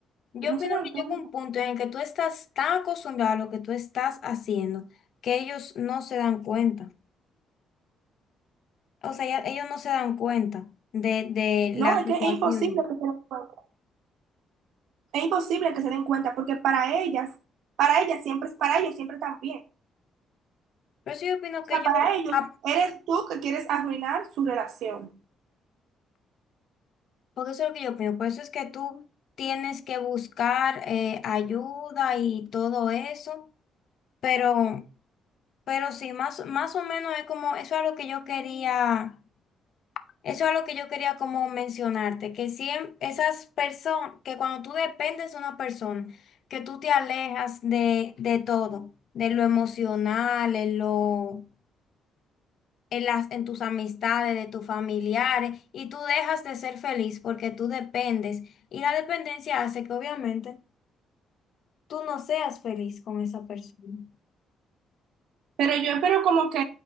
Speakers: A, on the left (about 65°); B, on the right (about 80°).
A: Yo
B: no
A: opino
B: se dan
A: que llega
B: cuenta.
A: un punto en el que tú estás tan acostumbrado a lo que tú estás haciendo que ellos no se dan cuenta. O sea, ya- ellos no se dan cuenta de, de
B: No,
A: la
B: es
A: situación.
B: que es imposible que se den cuenta. Es imposible que se den cuenta porque para ellas, para ellas siempre, para ellos siempre están bien.
A: Por eso yo opino
B: O sea,
A: que
B: para
A: yo,
B: ellos
A: ah,
B: eres tú que quieres arruinar su relación.
A: porque eso es lo que yo opino, por eso es que tú tienes que buscar eh, ayuda y todo eso, pero, pero sí, más, más o menos es como, eso es lo que yo quería, eso es lo que yo quería como mencionarte, que siempre esas personas, que cuando tú dependes de una persona, que tú te alejas de, de todo, de lo emocional, de lo... en las, en tus amistades, de tus familiares, y tú dejas de ser feliz porque tú dependes. Y la dependencia hace que obviamente tú no seas feliz con esa persona.
B: Pero yo espero como que